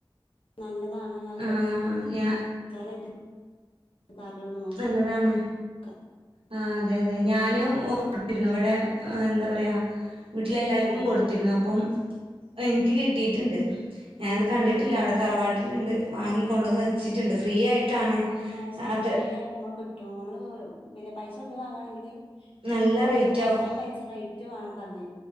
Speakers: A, on the left; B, on the right.
A: നല്ലതാണ്. അത്
B: ആഹ്
A: വെ വെച്ചാലയിന്റെ.
B: ഞാ
A: <unintelligible>
B: നല്ലതാണ്.
A: ഒക്കെ
B: ആഹ് അതെ അതെ. ഞാനും കൊട്ത്തിരുന്നു. ഇവിടെ എന്താ പറയാ. വീട്ടിലെല്ലാർക്കും
A: ഉം
B: കൊടുത്തിരുന്നു. അപ്പം എനിക്ക് കിട്ടിയിട്ട്ണ്ട്. ഞാനത് കണ്ടിട്ടില്ല.
A: ആഹ്
B: അവിടെ തറവാട്ടില്ണ്ട്. വാങ്ങി കൊണ്ടുവന്ന് വെച്ചിട്ടുണ്ട് ഫ്രീ ആയിട്ടാണ്
A: ആഹ് ശരി
B: അത്ര
A: ഫ്രീ ആയിട്ട് നമ്മക്ക് കിട്ടും നമ്മള് പിന്നെ പൈസ കൊടുത്ത് വാങ്ങാണെങ്കില്
B: നല്ല
A: കൊറെ
B: റേറ്റ്
A: പൈ കുറച്ച്
B: ആവും
A: പൈസ റൈറ്റ് വാണം പർഞ്